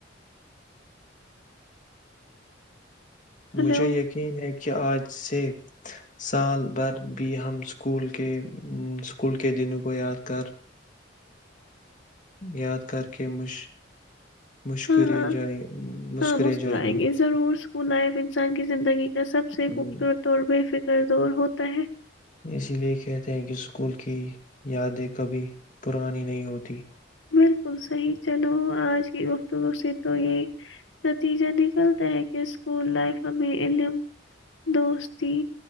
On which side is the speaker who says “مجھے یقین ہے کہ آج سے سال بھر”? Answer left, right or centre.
Left